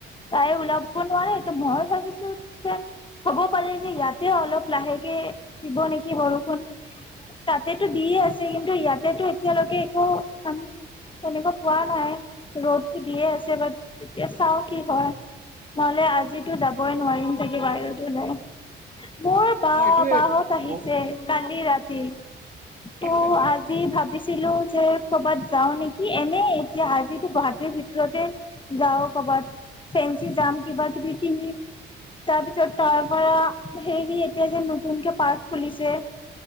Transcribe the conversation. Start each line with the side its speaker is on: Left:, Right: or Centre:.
Left: তাই ওলাব নোৱাৰে ত মই ভাবিছো যেন হ'ব পাৰে যে ইয়াতে অলপ লাহেকে দিব নেকি বৰষুণ। তাতেটো দিয়ে আছে কিন্তু ইয়াতেতো এতিয়ালৈকে একো আমি তেনেকুৱা পোৱা নাই ৰ'দটো দিয়ে আছে বাট তেতিয়া চাও কি হয় নহলে আজিতো যাবই নোৱাৰিম চাগে ভাড়াটো নাই মোৰ বা
Right: অ এইটোয়ে
Left: বা হত আহিছে
Right: বহু
Left: কালি ৰাতি তো
Right: আচ্ছা আচ্ছা
Left: আজি ভাবিছো ভাবিছিলো যে কৰ'বাত যাও নেকি এনে এতিয়া আজিটো গুৱাহাটীৰ ভিতৰতে যাও কৰ'বাত ফেঞ্চি যাম কিবা কিবি কিনিম তাৰপিছত তাৰ পৰা হেৰি এতিয়া যে নতুনকে পাৰ্ক খুলিছে